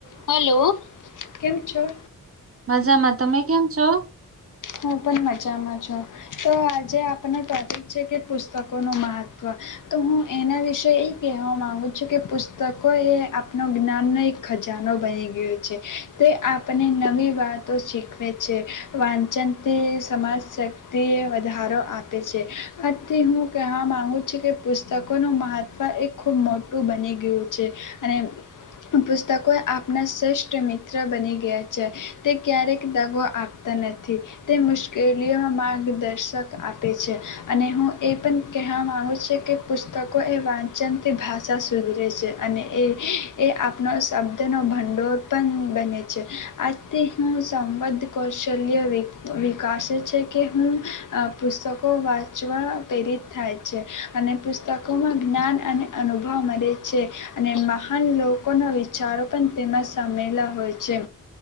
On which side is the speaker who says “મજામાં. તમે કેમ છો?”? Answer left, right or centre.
Right